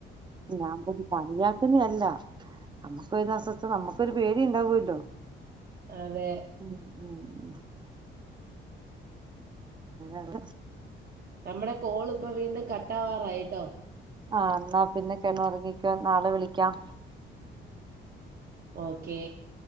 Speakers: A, on the right; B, on the right.
A: ഞാൻ കളിയാക്കുന്ന അല്ല നമുക്ക് വരുന്ന അസ്വസ്ഥത നമ്മുക്കൊരു പേടി ഉണ്ടാവല്ലോ
B: അതെ
A: ഉം ഉം ഉ ആല്ല
B: നമ്മടെ കോള്പ്പം വീണ്ടും കട്ട് ട്ടാവാറായിട്ടോ
A: ആഹ് ന്നാ പിന്നെ കെട്ന്നൊറങ്ങിക്കോ നാളെ വിളിക്കാം
B: ഓക്കേ